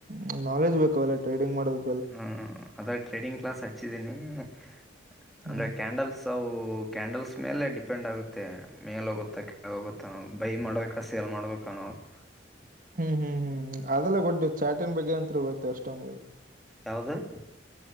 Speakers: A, on the right; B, in the centre.
A: ಹು ನಾಲೆಜ್ ಬೇಕ ಅವೆಲ್ಲ ಟ್ರೇಡಿಂಗ್ ಮಾಡಬೇಕ <unintelligible>
B: ಹ ಅದ ಟ್ರೇಡಿಂಗ್ ಕ್ಲಾಸ್ ಹಚ್ಚಿದ್ದೀನಿ. <unintelligible>
A: ಹ್ಮ್
B: ಅಂದ್ರೆ ಕ್ಯಾಂಡಲ್ಸ್ ಅವು <unintelligible> ಕ್ಯಾಂಡಲ್ಸ್ ಮೇಲೆ ಡಿಪೆಂಡ್ ಆಗುತ್ತೆ ಮೇಲಹೋಗುತ್ತಾ ಕೆಳಹೋಗುತ್ತ ಬೈ ಮಾಡಬೇಕಾ ಸೇಲ್ ಮಾಡಬೇಕಾ ನೋಡ <unintelligible> <unintelligible>
A: ಹು ಹು ಹು ಹು ಅದೆಲ್ಲ ಗೊಡ್ಡ ಚಾಟನ್ ಬಗ್ಗೆ ಅಂತ್ರು ಗೊತ್ತ ಅಷ್ಟ ನಮಗ <unintelligible>
B: ಯಾವದ? <unintelligible>